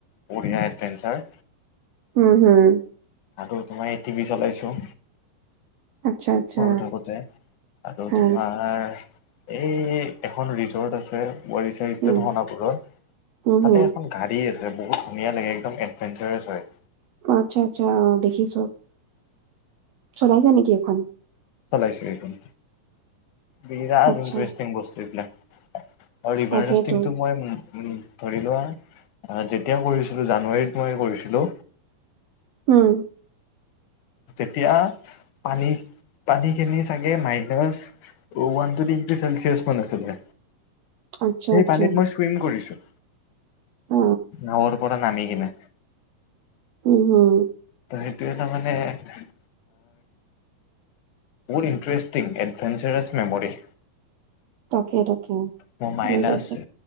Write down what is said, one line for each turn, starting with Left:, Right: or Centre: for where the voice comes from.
Left: বঢ়িয়া এডভেঞ্চাৰ
Right: উম হুম
Left: আৰু তোমাৰ এই টিভি চলাইছো
Right: আচ্ছা আচ্ছা
Left: সৰু থাকোতে আৰু
Right: হা
Left: তোমাৰ এই এখন ৰিজৰ্ট আছে ৱেৰি চাইষ্ট
Right: উম
Left: সণাপুৰৰ
Right: উম
Left: তাতে
Right: হম
Left: এখন গাড়ী আছে বহুত ধুনীয়া লাগে একদম এডভেঞ্চাৰাছ হয়
Right: অঁ আচ্ছা আচ্ছা অ দেখিছো চলাইছা নেকি এখন
Left: চলাইছো এইখন বিৰাদ
Right: আচ্ছা
Left: ইণ্টৰেষ্টিং বস্তু এইবিলাক ৰিভাৰ
Right: তাকেইতো
Left: ৰাফটিংটো মই উম ধৰি লোৱা যেতিয়া কৰিছিলো জানুৱাৰীত মই কৰিছিলো
Right: হম
Left: যেতিয়া পানী পানীখিনি চাগে মাইনছ ওৱান ডিগ্ৰী চেলচিয়াছ মান আছিলে
Right: আচ্ছা
Left: সেই
Right: আচ্ছা
Left: পানীত মই চুইম কৰিছো
Right: অ
Left: নাৱৰ পৰা নামি কিনে।
Right: উম হু'
Left: ত সেইটোৱে তাৰ মানে- বহুত ইণ্টেৰেষ্টিং এডভেঞ্চাৰছ মেম'ৰি।
Right: তাকে তাকে
Left: মো মাইনা
Right: বুজিছো
Left: আছে।